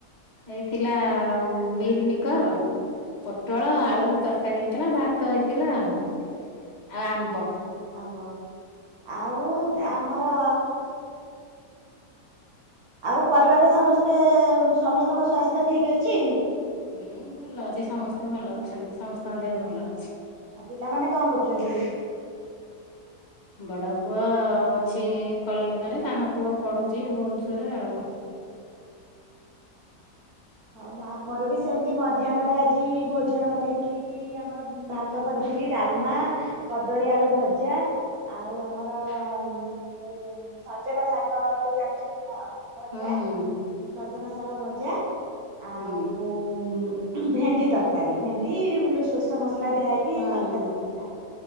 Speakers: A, on the left (about 40°); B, on the right (about 60°).
A: ଏଇଥିଲା ମିଲ୍ ମିକର୍ ପୋଟଳ ଆଳୁ ତରକାରୀ ହେଇଥିଲା, ଭାତ ହେଇଥିଲା ଆଉ, ଆଉ ଆମ୍ବ।
B: ଆମ୍ବ ଆଉ ଆମର ଆଉ ପରିବାରରେ ସମସ୍ତେ ସମସ୍ତଙ୍କ ସ୍ବାସ୍ଥ୍ୟ ଠିକ୍ ଅଛି?
A: ହୁଁ ଭଲ ଅଛି, ସମସ୍ତେ ଭଲ ଅଛନ୍ତି, ସମସ୍ତଙ୍କ ଦେହ ଭଲ ଅଛି।
B: ପିଲାମାନେ କଣ କରୁଚନ୍ତି?
A: ବଡ଼ ପୁଅ ଅଛି କଲିକତାରେ, ସାନ ପୁଅ ପଢୁଚି ଭୁବନେଶ୍ୱରରେ ଆଉ।
B: ହଉ ଆମର ବି ସେମିତି ମଧ୍ୟାହ୍ନରେ ଆଜି ଭୋଜନ କରିଥିଲି କି କି ଆମର ଭାତ କରିଥିଲି, ଡାଲମା, କଦଳୀ ଆଳୁ ଭଜା ଆଉ ଆମର ଯୋଉ ସଜନା ଶାଗ ଯୋଉ ଜାଣିଚନ୍ତି ତ? ଭଜା
A: ହୁଁ ହୁଁ
B: ସଜନା ଶାଗ ଭଜା। ଆଉ
A: ହୁଁ
B: ଭେଣ୍ଡି ତରକାରୀ, ଭେଣ୍ଡି ଯୋଉ ସୋରିଷ ମସଲା ଦିଆ ହେଇ କି
A: ହୁଁ
B: ତରକାରି
A: ହୁଁ
B: ହେଇଥିଲା।